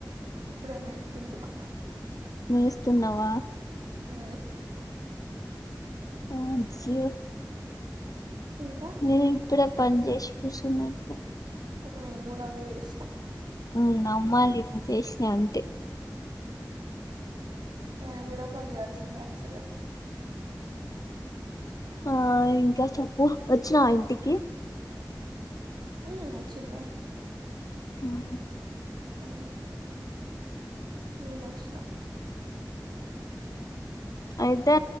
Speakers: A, on the right (about 75°); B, on the left (about 55°).
A: ఇప్పుడేమే తింటున్నా
B: మేస్తున్నావా
A: ఆ
B: అజ్జో
A: ఇంకా
B: నేను ఇప్పుడే పని చేసి కూసున్న ఇట్ల
A: ఊగుడదే చేశినా
B: ఉ అమ్మలివ్వి చేసిన అంతె
A: ఏ వీడియో కాల్ చేయాల్సింది యాక్చువల్ గా
B: ఆ ఇంకా చెప్పు వచ్చినావ ఇంటికి
A: ఉ వచ్చిన్నే
B: ఉహ్మ్
A: ఆ నిన్నచ్చిన
B: అయితే